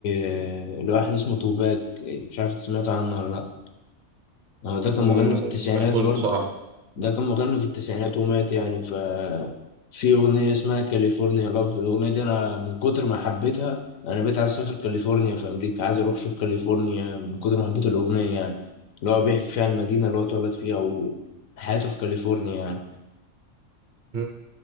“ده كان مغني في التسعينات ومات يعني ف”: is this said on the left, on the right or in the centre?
Left